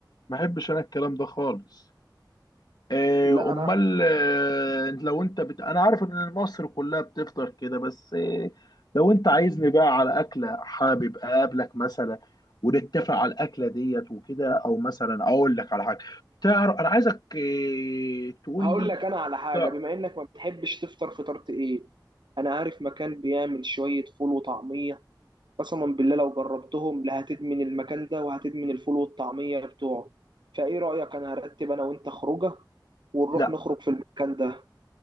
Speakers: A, on the left (about 60°); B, on the right (about 75°).
A: ما بحبش أنا الكلام ده خالص آه،
B: لا
A: امال
B: انا
A: آه، لو انت بت... انا عارف ان مصر كلها بتفطر كده بس آه، لو انت عايزني بقى على اكله حابب اقابلك مثلا ونتفق على الاكله ديت وكده او مثلا اقول لك على حاجه تعرف انا عايزك آه، تقول
B: هقول
A: لي
B: لك انا على حاجه
A: تع-
B: بما انك ما بتحبش تفطر فطار تقيل انا عارف مكان بيعمل شويه فول وطعميه قسما بالله لو جربتهم لا هتدمن المكان ده وهتدمن الفول والطعميه بتوعه فايه رايك انا هرتب انا وانت خروجه ونروح
A: لا
B: نخرج في المكان ده